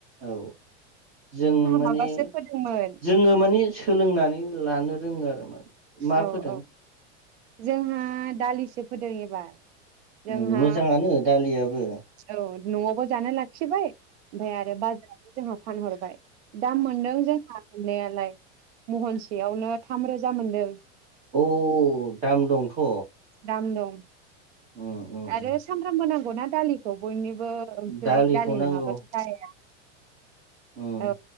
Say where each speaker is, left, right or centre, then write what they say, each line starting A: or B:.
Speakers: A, on the right (about 20°); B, on the right (about 65°).
A: औ जों माने
B: माबासो फोदोंमोन
A: जोङो माने सोलोंनानै लानो रोङो आरो मा मा
B: औ
A: फोदों
B: औ जोंहा दालिसो फोदों एबार जोंहा
A: उम मोजाङानो दालियाबो
B: औ न'आवबो जानो लाखिबाय ओमफ्राय आरो बाजाराबो जोंहा फानहरबाय दाम मोनदों जोंहा मोननायालाय महनसेयावनो थाम रोजा मोनदों
A: औ दाम दंथ'।
B: दाम दं।
A: उम उम
B: आरो सामफ्रामबो नांगौ नांगौना दालिखौ बयनो बो
A: उम
B: ओंख्रि
A: दालिखौ
B: दालि
A: नांगौ
B: नङाबानो जाया
A: उम
B: औ।